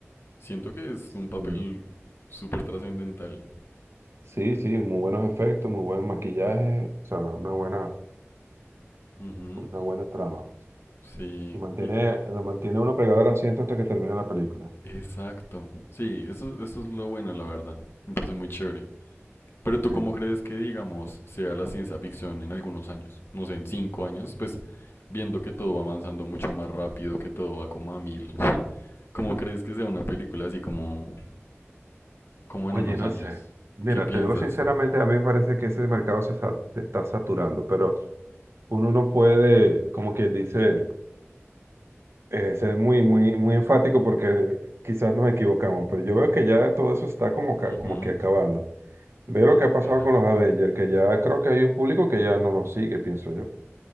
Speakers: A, on the left; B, on the right.
A: siento que es un papel
B: sí,
A: súper trascendental.
B: sí, sí, muy buenos efectos, muy buen maquillaje, o sea, una buena,
A: Ujú,
B: una buena trama.
A: Sí,
B: Y mantiene,
A: y-
B: lo mantiene uno pegado al asiento hasta que termina la película.
A: exacto. Sí, eso, eso es lo bueno, la verdad. Me parece muy chévere. Pero tú,
B: Sí.
A: ¿cómo crees que, digamos, sea la ciencia ficción en algunos años? No sé, en cinco años, pues viendo que todo va avanzando mucho más rápido, que todo va como a mil. <laughs> ¿Cómo crees que sea una película así como como
B: Oye,
A: en unos
B: no
A: años.
B: sé. Mira,
A: ¿Qué piensas?
B: te digo sinceramente, a mí me parece que ese mercado se, sa- se está saturando, pero uno no puede, como quien dice, eh, ser muy, muy, muy enfático porque quizás nos equivocamos, pero yo veo que ya todo eso está como, ca-
A: Ujú,
B: como que acabando. Veo lo que ha pasado
A: ¿Será?
B: con los Avengers, que ya creo que hay un público que ya no los sigue, pienso yo.